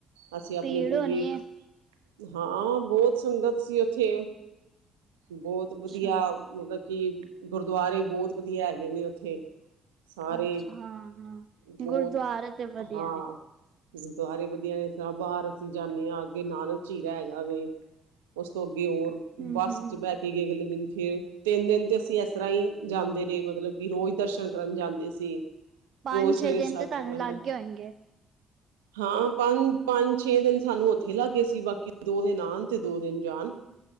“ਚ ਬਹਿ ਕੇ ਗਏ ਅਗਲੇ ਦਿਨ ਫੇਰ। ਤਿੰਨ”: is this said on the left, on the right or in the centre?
Right